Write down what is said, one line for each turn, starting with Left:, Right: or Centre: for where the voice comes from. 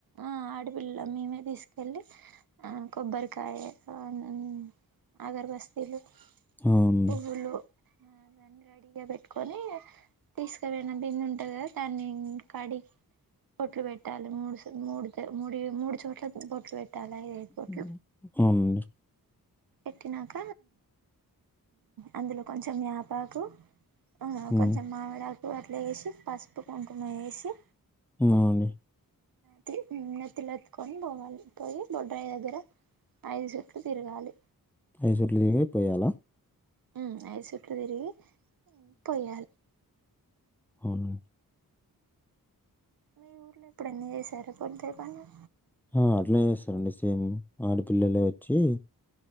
Right: ఆ అడుగు పిల్ల మీమే తీసు వెళ్లి ఆ కొబ్బరికాయ ఆనం అగరబస్తీలు
Centre: అవునండి
Right: పువ్వులు ఆ దాన్ని రెడీగా పెట్టుకొని తీసుకపోయిన బిందె ఉంటది కదా దాన్ని కడిగి బోట్లు పెట్ పెట్టాలి మూడుసు మూడుతే మూడి మూడు చోట్ల బొట్లు పెట్టాలి అయిపోట్
Centre: ఉమ్, అవునండి
Right: ఏక్కినాక అందులో కొంచెం యాపాకు ఆ
Centre: ఉమ్
Right: కొంచెం మావిడాకు అట్ల చేసి పసుపు కుంకుమ వేసి
Centre: అవునండి
Right: నెత్తి నెత్తిలా ఎత్తుకొని పోవాలి పోయి బొడ్రాయి దగ్గర ఐదు చూట్లు తిరగాలి
Centre: ఐదు చూట్లు తిరిగి పోయాలా
Right: ఉ ఐదు చూట్లు తిరిగి పోయాలి
Centre: అవునా
Right: మీ ఊర్లో ఎప్పుడైనా చేశారా బొడ్రాయి పండుగ
Centre: ఆ అట్నే చేస్తారండి సేమ్ ఆడపిల్లలే వచ్చి